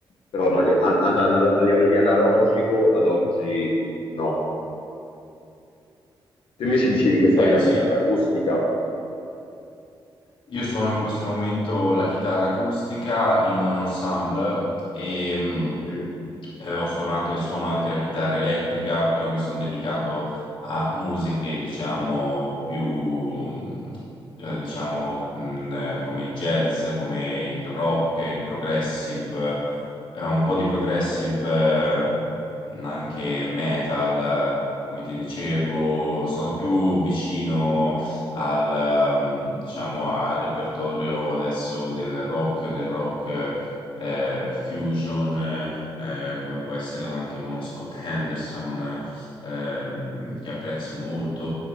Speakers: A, on the left (about 85°); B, on the left (about 70°).
A: però no, eh, a, ad analo- a livello di analogico ad oggi no. Tu invece dicevi che suoni
B: Ecco,
A: la
B: sì.
A: chitarra acustica.
B: Io suono in questo momento la chitarra acustica in un ensemble e mh,
A: Mhm.
B: eh, ho suonato e suono anche la chitarra elettrica, però mi sono dedicato a musiche, diciamo, più, mh, eh, diciamo, mh, eh, come il jazz, come il rock, il progressive, eh, un po' di progressive, eh, anche metal, eh, come ti dicevo, sono più vicino al, ehm, diciamo, al repertorio adesso del rock, del rock eh, fusion, eh, eh, come può essere anche uno Scott Henderson, ehm, che apprezzo molto,